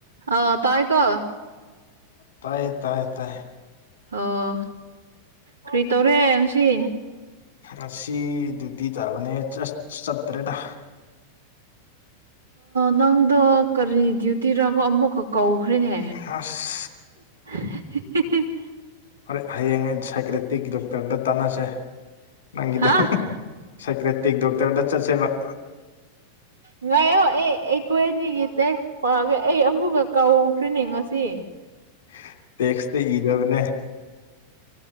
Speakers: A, on the right; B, on the left.
A: ꯑ ꯇꯥꯏꯀꯣ
B: ꯇꯥꯏ ꯇꯥꯏ ꯇꯥꯏ
A: ꯑꯣ ꯀꯔꯤ ꯇꯧꯔꯦ ꯉꯁꯤ
B: ꯑꯁꯤ ꯗ꯭ꯌꯨꯇꯤ ꯇꯥꯕꯅꯦ ꯆꯔꯁꯆ ꯆꯠꯇꯔꯦꯗ
A: ꯅꯪꯗꯣ ꯀꯔꯤ ꯗ꯭ꯌꯨꯇꯤꯔꯒꯣ ꯑꯃꯨꯛꯀ ꯀꯧꯈ꯭ꯔꯦꯅꯦ
B: ꯍꯁ
A: <unintelligible>
B: ꯍꯣꯔꯦ ꯍꯌꯦꯡ ꯑꯩ ꯁꯥꯏꯀꯦꯇꯤꯛꯀꯤ ꯗꯣꯛꯇꯔꯗ ꯇꯥꯟꯅꯁꯦ ꯅꯪꯒꯤꯗ
A: ꯍꯥ
B: ꯁꯥꯏꯀ꯭ꯔꯦꯇꯤꯛ ꯗꯣꯛꯇꯔꯗ ꯆꯠꯁꯦꯕ
A: ꯉꯥꯏꯌꯣ ꯑꯦ ꯑꯩꯈꯣꯏ ꯑꯅꯤꯒꯤ ꯇꯦꯛꯁ ꯄꯥꯒꯦ ꯑꯩ ꯑꯃꯨꯛꯀ ꯀꯧꯈ꯭ꯔꯅꯦ ꯉꯁꯤ
B: <unintelligible>